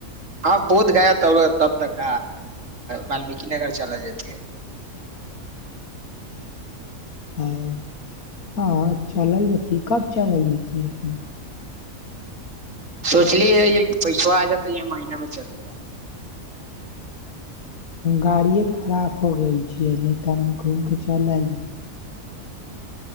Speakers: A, on the right; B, on the left.
A: हँ बहुत गया तब तब तक वाल्मीकीिनगर चला जेती है
B: हँ चलल रहती कब चलल जेतीै अपने
A: सोचलीै य कि पैसो आ जातै य महीना मे चल ल
B: गाड़िए खराब हो गेल छियै नहि तऽ हम घूमि कऽ चल आयल